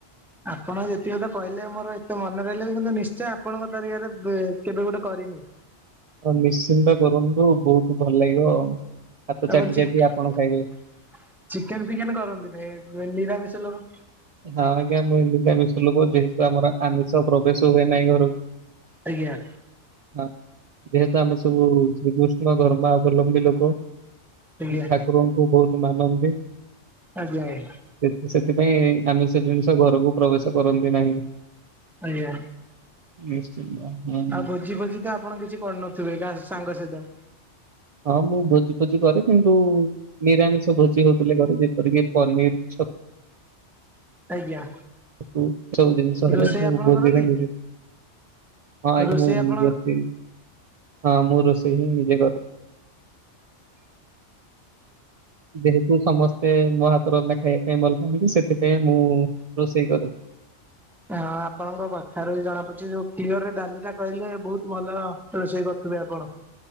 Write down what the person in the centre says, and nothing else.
ଆପଣ ଯେତିକିତ କହିଲେ ମୋର ଏତେ ମନେ ରହିଲାନୀ। କିନ୍ତୁ ନିଶ୍ଚୟ ଆପଣଙ୍କ ତରିକାରେ ବେ କେବେ ଗୋଟେ କରିବି।
ଆପଣ ଚି
ଚିକେନ
ଫିକେନ କରନ୍ତିନି ନି ନିରାମିଷ ଲୋକ।
ଆଜ୍ଞା।
ଆଜ୍ଞା
ଆଜ୍ଞା ଆ
ଆଜ୍ଞା।
ଆଉ ଭୋଜି ଫୋଜି ତ ଆପଣ କିଛି କରୁନଥିବେଗାଁ ସାଙ୍ଗ ସହିତ?
ଆଜ୍ଞା।
ରୋଷେଇ
ଆପଣ
କରନ୍ତି
ରୋଷେଇ
ଆପଣ
ହଁ ଆପଣଙ୍କ କଥାରୁ ବି ଜଣା ପଡିଛି, ଯୋଉ କ୍ଲିୟର ରେ ଡାଲି ଟା କହିଲେ ବହୁତ ଭଲ ରୋଷେଇ କରୁଥିବେ ଆପଣ।